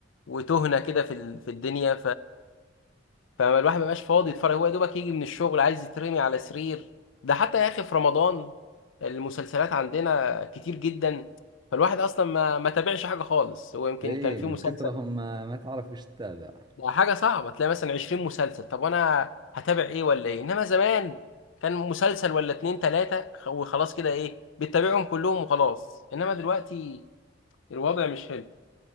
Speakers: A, on the left; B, on the right.
A: وتهنا كده في ال- في الدنيا فالواحد ما بقاش فاضي يتفرج هو يا دوبك يجي من الشغل عايز يترمي على سرير ده حتى يا اخي في رمضان المسلسلات عندنا كتير جدا فالواحد اصلا ما ما تابعش حاجه خالص هو يمكن
B: أي
A: كان في
B: من
A: مسلسل
B: كثرهم ما, ما تعرف وش تتابع
A: ده حاجه صعبه تلاقي مثلا 20 مسلسل طب وانا هتابع ايه ولا ايه انما زمان كان مسلسل ولا اتنين تلاته خ- وخلاص كده ايه بتتابعهم كلهم وخلاص انما دلوقتي الوضع مش حلو